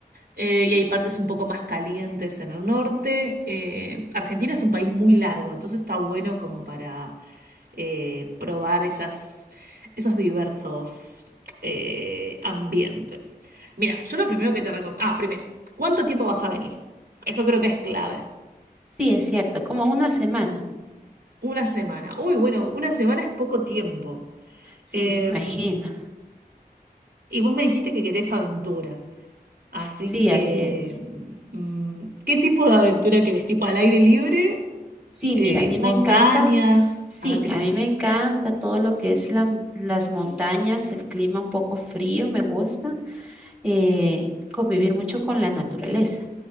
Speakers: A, on the right; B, in the centre.
A: eh, y hay partes un poco más calientes en el norte. Eh, Argentina es un país muy largo, entonces está bueno como para eh, probar esas, esos diversos eh, ambientes. Mira, yo lo primero que te recomiendo... Ah, primero, ¿cuánto tiempo vas a venir? Eso creo que es clave.
B: Sí, es cierto, como una semana.
A: Una semana. Uy, bueno, una semana es poco tiempo.
B: Sí,
A: Eh,
B: me imagino.
A: y vos me dijiste que querés aventura. Así
B: Sí,
A: que,
B: así es.
A: mm, ¿qué tipo de aventura querés? ¿Tipo al aire libre?
B: Sí,
A: Eh,
B: mira, a mí
A: ¿montañas?
B: me encanta. Sí,
A: A ver qué
B: a
A: te gusta.
B: mí me encanta todo lo que es la, mo- las montañas, el clima un poco frío, me gusta. eh, convivir mucho con la naturaleza.